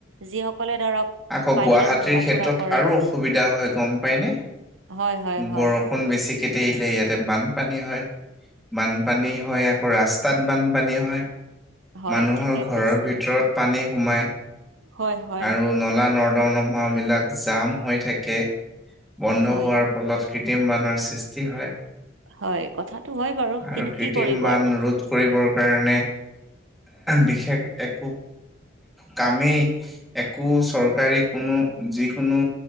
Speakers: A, on the right; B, in the centre.
A: যিসকলে ধৰক'
B: আকৌ
A: বাহিৰত
B: গুৱাহাটীৰ
A: ঘূৰা-ফুৰা
B: ক্ষেত্ৰত
A: কৰে।
B: আৰু অসুবিধা হয় গম পায় নে।
A: হয় হয়
B: বৰ-
A: হয়
B: ষুণ বেছিকে দিলে ইয়াতে বানপানী হয়। বানপানী হয় আকৌ ৰাস্তাত বানপানী হয়
A: হয়
B: মানুহৰ
A: ঠিকে
B: ঘৰৰ
A: কৈছে
B: ভিতৰত পানী সোমায়
A: হয় হয়
B: আৰু নলা নৰ্দমা বিলাক জাম হৈ থাকে, বন্ধ
A: হয়
B: হোৱাৰ ফলত কৃত্ৰিম বানৰ সৃষ্টি হয়।
A: হয় কথাটো হয় বাৰু,
B: আৰু
A: কিন্তু
B: কৃত্ৰিম
A: কি কৰিব
B: বান
A: আৰু?
B: ৰোধ কৰিবৰ কাৰণে বিশেষ একো কামেই একো চৰকাৰী কোনো যি কোনো